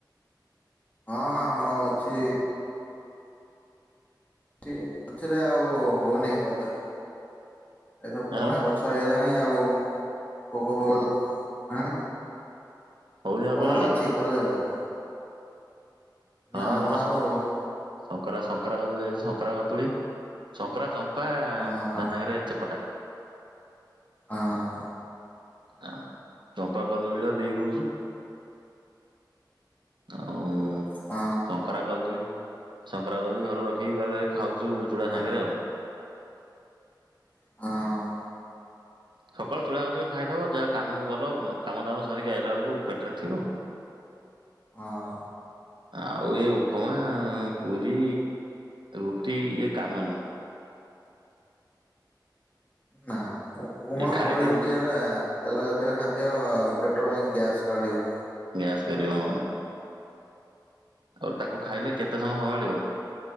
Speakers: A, on the left; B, on the right.
A: ହଁ ଆମର ଅଛି ଛି ଅଛି ଯେ ଆଉ ହୋଉନେଇ କଦଳୀ। ଏସବୁ ପୁରୁଣା
B: ଆଉ
A: ଗଛ ହେଇଗଲା ଆଉ ଭୋଗ ଫୋଗ, ଆଁ?
B: ହଉନି ଆଉ
A: ତମର
B: କଦଳୀ
A: ଅଛି କଦଳୀ ଗଛ।
B: ହଁ
A: ନା ଆମ
B: ଆମର ସ
A: ଆଉ ହଉନି
B: ସ। ଶଙ୍କରା ଶଙ୍କରା କଦଳୀ ଅଛି ଶଙ୍କରା କଦୁଳି ଶଙ୍କରା ଚ ପା ତା
A: ହଁ ହଁ
B: ସାଙ୍ଗରେ ଚେପଟା।
A: ହଁ।
B: ଆଉ ଚମ୍ପା କଦଳୀର। ଦେଇ ଦଉଛୁ। ଆଉ
A: ହଁ
B: ଶଙ୍କରା କଦୂଳୀ ଶଙ୍କରା କଦଳୀ ଘ ରଖି ଘରେ। ଖାଉଛୁ ଚୁଡ଼ା
A: ହଁ।
B: ସାଙ୍ଗରେ ଆଉ।
A: ହଁ।
B: ସକାଳୁ ଚୁଡା କଦଳୀ ଖାଇଦବ ଯାହା କାମକୁ ଗଲ କାମ ଦାମ ସରେଇକି ଆଇଲା ବେଳକୁ ପେଟରେ ଥିବ।
A: ହଁ।
B: ଆଉ ଏ ଉପମା ପୁରୀ ରୁଟି ଇଏ କାମ ନୁହ।
A: ନା। ଉପୁମା
B: ଏ ଖାଇଦେଇ
A: ପଡି ରୋଟି
B: ମୁଁ
A: ଏଟା ତେଲ ଜାତୀୟ ଖାଦ୍ୟ ପେଟ ପାଇଁ ଗ୍ୟାସ କାଢିବ।
B: ଗ୍ୟାସ କରିବ। ଆଉ ତାକୁ ଖାଇଲେ କେତେ ସମୟ ସମ୍ଭାଳିବ।